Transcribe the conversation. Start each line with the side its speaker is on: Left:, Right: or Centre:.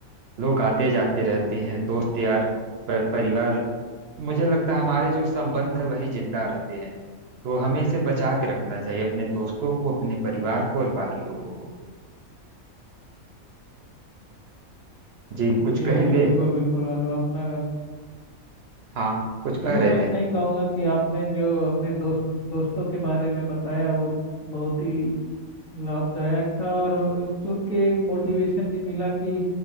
Right: लोग आते जाते रहते हैं दोस्त यार पर, परिवार मुझे लगता है हमारे जो संबंध है वही जिंदा रहते हैं तो हमें इसे बचा के रखना चाहिए अपने दोस्तों को अपने परिवार को और बाकी लोगों को जी कुछ
Left: जी
Right: कहेंगे
Left: जी बिल्कुल बिल्कुल और अपना
Right: हाँ कुछ कह
Left: जी
Right: रहे
Left: मैं इतना
Right: थे
Left: ही कहूँगा कि आपने जो अपने दोस्त दोस्तों के बारे में बताया वो बहुत ही लाभदायक था और अ, सुन के एक मोटिवेशन भी मिला कि